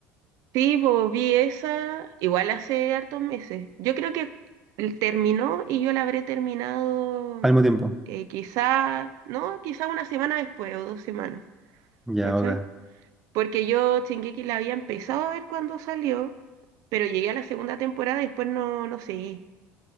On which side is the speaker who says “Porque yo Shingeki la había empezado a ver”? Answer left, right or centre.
Right